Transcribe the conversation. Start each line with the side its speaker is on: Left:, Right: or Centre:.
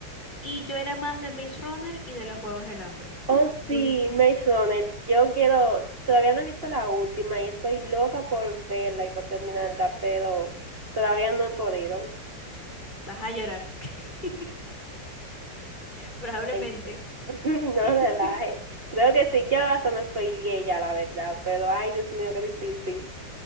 Left: Y yo era más de Maze Runner y de los Juegos del Hambre.
Right: Oh,
Left: Mm,
Right: sí, Maze Runner. Yo quiero, todavía no he visto la última y estoy loca por verla y por terminarla, pero todavía no he podido.
Left: Vas a llorar. <laughs> Probablemente.
Right: Ay, <laughs> no
Left: <laughs>
Right: relaje. Creo que sí, yo hasta me spoileé ya, la verdad, pero ay, Dios mío, qué difícil.